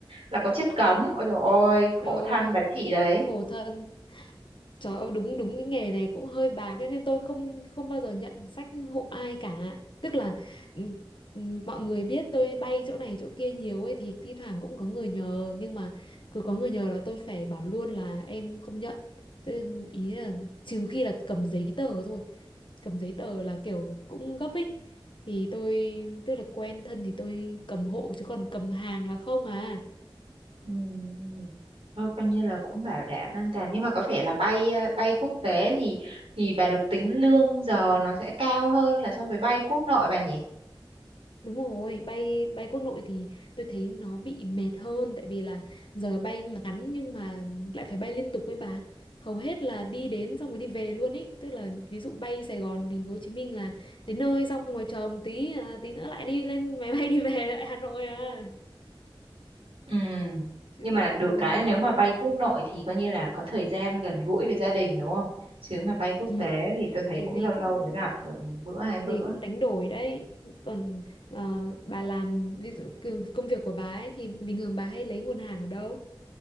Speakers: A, on the right; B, on the left.
A: là có chất cấm ôi dồi ôi khổ
B: ôi
A: thân bà chị đấy
B: khổ thân Trời ơi, đúng đúng cái nghề này cũng hơi bạc cái nên tôi không không bao giờ nhận sách hộ ai cả. Tức là ừ, ừ, mọi người biết tôi bay chỗ này chỗ kia nhiều ấy thì thi thoảng cũng có người nhờ nhưng mà cứ có người nhờ là tôi phải bảo luôn là em không nhận. tôi ý là trừ khi là cầm giấy tờ thôi. Cầm giấy tờ là kiểu cũng gấp ấy. Thì tôi tức là quen thân thì tôi cầm hộ chứ còn cầm hàng là không à.
A: Ừm, Thôi coi như là cũng bảo đảm an toàn nhưng mà có vẻ là bay ờ, bay quốc tế thì thì bà được tính lương giờ nó sẽ cao hơn là so với bay quốc nội bà nhỉ?
B: Đúng rồi, bay bay quốc nội thì tôi thấy nó bị mệt hơn tại vì là giờ bay ngắn nhưng mà lại phải bay liên tục với bà. Hầu hết là đi đến xong rồi đi về luôn ấy, tức là ví dụ bay Sài Gòn thành phố Hồ Chí Minh là đến nơi xong rồi chờ một tí à, tí nữa lại đi lên <laughs> máy bay đi về lại Hà Nội à.
A: Ừm,
B: Chứ,
A: Nhưng mà được
B: ừ,
A: cái là nếu
B: cỡ-
A: mà bay quốc nội thì coi như là có thời gian gần gũi với gia đình đúng không? Chứ mà bay quốc
B: ừ,
A: tế thì tôi thấy
B: cái
A: cũng
B: gì
A: lâu lâu
B: cũng
A: mới gặp được bữa hai bữa.
B: gì cũng đánh đổi đấy. Còn ờ, bà làm ví dụ công công việc của bà ấy thì bình thường bà hay lấy nguồn hàng ở đâu?